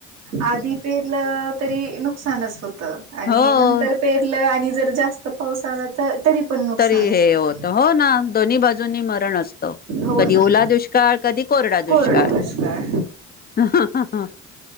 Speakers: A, on the right (about 90°); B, on the left (about 25°).
A: आधी पेरलं तरी नुकसानच होत आणि
B: हो
A: नंतर पेरलं आणि जर जास्त पाऊस आला तर तरी पण नुकसानच
B: तरी हे
A: होत.
B: होतं हो ना दोन्ही मरण असत
A: हो
B: कधी
A: ना
B: ओला दुष्काळ कधी कोरडा दुष्काळ
A: कोरड दुष्काळ
B: ह ह ह.